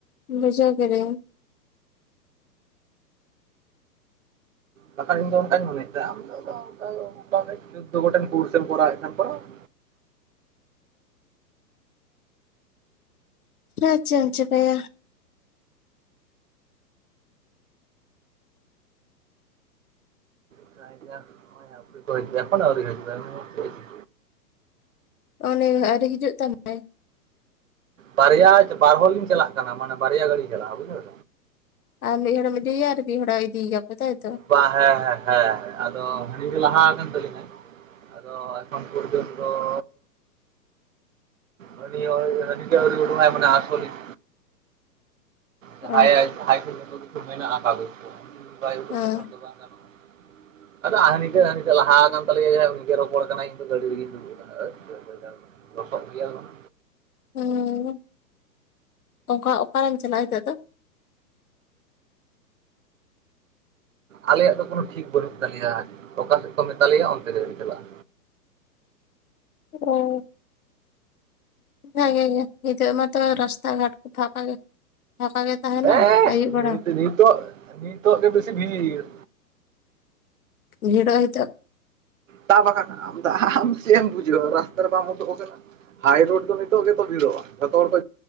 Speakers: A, on the left; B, on the right.
A: ᱵᱩᱡᱷᱟᱹᱣ ᱠᱮᱫᱤᱧ᱾
B: ᱵᱟᱠᱷᱟᱱ ᱤᱧ ᱫᱚ ᱚᱱᱠᱟᱧ ᱢᱚᱱᱮ ᱛᱮᱦᱮᱸᱜ-ᱟ ᱟᱢ ᱫᱚ ᱟᱫᱚ ᱚᱱᱠᱟ ᱜᱮ ᱪᱩᱫᱚ ᱜᱚᱴᱮᱱ ᱠᱩᱨᱥᱮᱢ ᱠᱚᱨᱟᱣ ᱮᱫ ᱠᱷᱟᱱ ᱠᱚᱨᱟᱣ ᱢᱮ᱾
A: ᱟᱪᱪᱷᱟ ᱟᱪᱪᱷᱟ ᱵᱟᱭᱟ᱾
B: <unintelligible> ᱠᱚ ᱮᱠᱷᱚᱱ ᱦᱚ ᱟᱹᱣᱨᱤᱭ ᱦᱤᱡᱩᱜ ᱟᱭ <unintelligible>
A: ᱚᱱᱮ ᱟᱹᱣᱨᱤ ᱦᱤᱡᱩᱜ ᱛᱟᱢᱟᱭ᱾
B: ᱵᱟᱨᱭᱟ ᱵᱟᱨ ᱦᱚᱲ ᱞᱤᱧ ᱪᱟᱞᱟᱜ ᱠᱟᱱᱟ ᱢᱟᱱᱮ ᱵᱟᱨᱭᱟ ᱜᱟᱹᱲᱤ ᱪᱟᱞᱟᱜ-ᱟ ᱵᱩᱡᱷᱟᱹᱣ᱾
A: ᱟᱢ ᱢᱤᱫ ᱦᱚᱲᱮᱢ ᱤᱫᱤᱭ ᱭᱟ ᱟᱨ ᱢᱤᱫ ᱦᱚᱲᱮ ᱤᱫᱤᱭᱟ ᱠᱚ ᱛᱟᱭᱛᱚ᱾
B: ᱵᱟᱝ ᱦᱮᱸ ᱦᱮᱸ ᱦᱮᱸ ᱟᱫᱚ ᱩᱱᱤ ᱜᱮ ᱞᱟᱦᱟ ᱟᱠᱟᱱ ᱛᱟᱹᱞᱤᱧᱟ᱾ ᱟᱫᱚ ᱮᱠᱷᱚᱱ ᱯᱚᱨᱡᱚᱱ ᱛᱚ ᱾ ᱦᱟᱹᱱᱤ ᱦᱳᱲ ᱦᱟᱹᱱᱤ ᱜᱮ ᱟᱣᱨᱤ ᱚᱰᱚᱠᱚᱜ-ᱟᱭ ᱢᱟᱱᱮ ᱟᱸᱥᱚᱞᱤᱜ।
A: ᱚ
B: ᱡᱟᱦᱟᱸᱭ ᱟᱡ ᱡᱟᱦᱟᱸᱭ ᱠᱚ ᱢᱮᱱᱟ ᱟᱢᱟᱵᱚᱥᱭᱟ ᱩᱱᱤ ᱵᱟᱭ ᱩᱰᱩᱜ
A: ᱦᱮᱸ
B: ᱞᱮᱠᱷᱟᱱ ᱫᱚ ᱵᱟᱭ ᱜᱟᱱᱚᱜ-ᱟ। ᱟᱫᱚ ᱦᱟᱹᱱᱤ ᱜᱮ ᱦᱟᱹᱱᱤ ᱴᱟᱜ ᱞᱟᱦᱟ ᱟᱠᱟᱱ ᱛᱟᱞᱮᱭᱟ ᱩᱱᱤᱜᱮ ᱨᱚᱯᱚᱲ ᱠᱟᱱᱟᱭ ᱤᱧ ᱫᱚ ᱜᱟᱹᱲᱤ ᱨᱮᱜᱮᱧ ᱫᱩᱲᱩᱵ ᱟᱠᱟᱱᱟ ᱟᱪᱪᱷᱟ ᱟᱪᱪᱷᱟ। ᱞᱚᱥᱚᱜ ᱜᱮᱭᱟ ᱞᱟᱝ?
A: ᱦᱩᱸ ᱚᱠᱟ ᱚᱠᱟᱨᱮᱢ ᱪᱟᱞᱟᱜ-ᱟ ᱱᱤᱛᱚᱜ ᱫᱚ?
B: ᱟᱞᱮᱭᱟᱜ ᱫᱚ ᱠᱳᱱᱳ ᱴᱷᱤᱠ ᱵᱟᱹᱱᱩᱜ ᱛᱟᱞᱮᱭᱟ, ᱚᱠᱟ ᱥᱮᱫ ᱠᱚ ᱢᱮᱛᱟ ᱞᱮᱭᱟ ᱚᱱᱛᱮ ᱜᱮᱞᱮ ᱪᱟᱞᱟᱜ-ᱟ।
A: ᱦᱩᱸ᱾ <unintelligible> ᱱᱤᱛᱚᱜ ᱢᱟᱛᱚ ᱨᱟᱥᱛᱟ ᱜᱷᱟᱴ ᱠᱚ ᱯᱷᱟᱸᱠᱟ ᱜᱮᱭᱟ ᱯᱷᱟᱸᱠᱟ ᱜᱮ ᱛᱟᱦᱮᱱᱟ
B: ᱮᱦ
A: ᱟᱹᱭᱩᱵ ᱵᱮᱲᱟ
B: ᱱᱤᱛᱚᱜ ᱱᱤᱛᱚᱜ ᱜᱮ ᱵᱮᱥᱤ ᱵᱷᱤᱲ।
A: ᱵᱷᱤᱲᱚᱜ-ᱟ ᱦᱤᱛᱚᱜ।
B: ᱛᱟ ᱵᱟᱠᱷᱟᱱ ᱟᱢ ᱟᱢ ᱪᱮᱫ ᱮᱢ ᱵᱩᱡᱷᱟᱹᱣᱟ ᱨᱟᱥᱛᱟ ᱨᱮ ᱵᱟᱢ ᱩᱰᱩᱠ ᱟᱠᱟᱱᱟ। ᱦᱟᱭ ᱨᱳᱰ ᱫᱚ ᱱᱤᱛᱚᱜ ᱜᱮᱛᱚ ᱵᱷᱤᱲᱚᱜ-ᱟ ᱡᱷᱚᱛᱚ ᱦᱚᱲ ᱠᱚ